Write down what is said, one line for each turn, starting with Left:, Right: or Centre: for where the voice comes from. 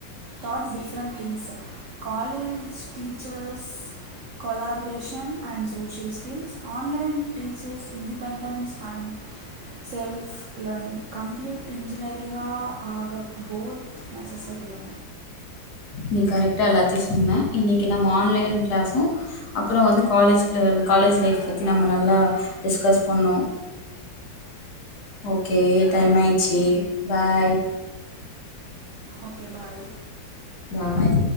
Right: thought different things college teachers collaboration and social skills online teachers independence and self learning complete இன்ஜினியரிங்காக ஆகபோத் நெசசரி தா
Left: நீ கரெக்டா எல்லாத்தையு சொன்னே இன்னைக்கு நம்ம ஆன்லைன் கிளாஸ்ஸு அப்புறோ வந்து காலேஜ் காலேஜ் லைஃப் பத்தி நம்ம நல்லா டிஸ்கஸ் பண்னோ ஓகே டைம் ஆயிடுச்சு பாய்
Right: ஓகே பாய்
Left: பாய்